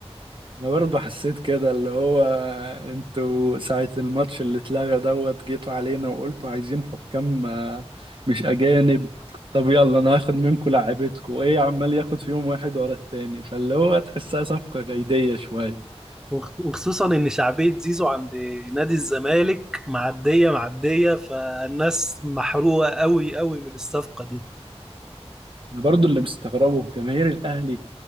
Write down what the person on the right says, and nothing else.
انا برضه حسيت كده اللي هو انتوا ساعة الماتش اللي اتلغى دوت جيتوا علينا وقلتوا عايزين حكام آه، مش اجانب طب يلا انا هاخد منكم لعيبتكم ايه عمال ياخد فيهم واحد ورا التاني فاللي هو تحسها صفقة جيدية شوية
انا برضه اللي مستغربه جماهير الاهلي